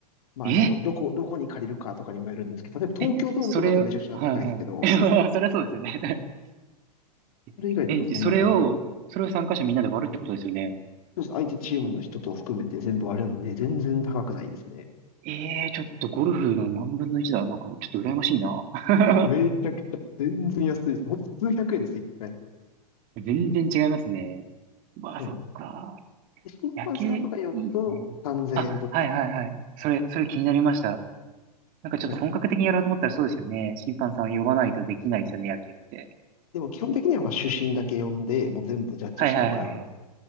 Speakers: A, on the left; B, on the right.
A: まあ、
B: え
A: あの、どこ、どこに借りるかとかにもよるんですけど、例えば東京ドームとかだとめちゃくちゃ高いですけど、
B: え、それ、はいはい。<laughs> そりゃそうですよね
A: それ以外だとそんなもん。
B: <laughs> え、じそれを、それを参加者みんなで割るってことですよね。
A: そうです相手チームの人と含めて全部あるんで、全然高くないですね。
B: ええーちょっとゴルフの何分の1だ。なんか、ちょっと羨ましいな。<laughs>
A: めちゃくちゃ、全然安いです。ほんと数百円です、一回。
B: 全然違いますね。
A: それこ
B: まあ、
A: そ、そうなんです。
B: そっか。
A: で、審判さんとか呼ぶと3000円とか、
B: 野球いいですね。あ、はいはいはい。それ、それ気になりました。なんかちょっと本格的にやろうと思ったらそうですよね。
A: そうです。
B: 審判さん呼ばないとできないですよね、野球って。
A: でも基本的にはまあ主審だけ呼んで、もう全部ジャッジしてもらうみたいな
B: はいはいはいはい。